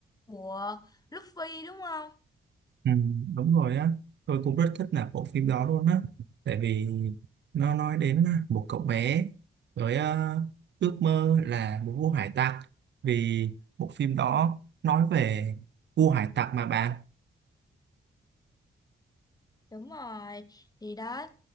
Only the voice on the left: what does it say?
của Luffy đúng không?
Đúng rồi. Thì đó,